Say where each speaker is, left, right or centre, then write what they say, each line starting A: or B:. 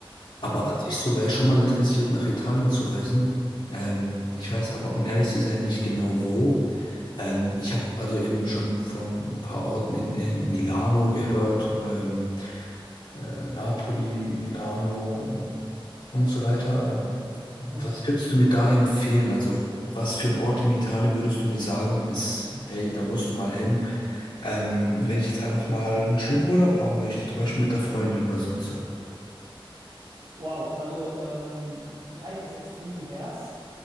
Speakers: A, on the left (about 65°); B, on the right (about 85°).
A: Aber
B: mm,
A: an sich so wäre ich schon mal interessiert, nach Italien zu reisen. Ähm, ich weiß aber, um ehrlich zu sein, nicht genau wo. Ähm, ich habe also eben schon von ein paar Orten in, in Milano gehört. Ähm, äh, Napoli, Milano und so weiter. Ähm, was
B: mm.
A: könntest du mir da empfehlen? Also, was für ein Ort in Italien würdest du mir sagen, ist, hey, da musst du mal hin, ähm, wenn ich jetzt einfach mal einen schönen Urlaub haben möchte, zum Beispiel mit der Freundin oder sonst so?
B: Wow. Also ähm, Italien ist extrem divers.